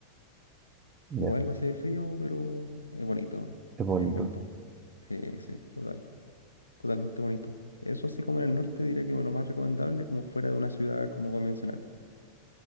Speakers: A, on the right; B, on the left.
A: Ya,
B: Igual hace frío, pero es bonito,
A: es bonito.
B: es bien bonito. Sí, sí, total, totalmente bonito. Eso así como en el norte diría que es lo más recomendable, como fuera de una ciudad como convencional.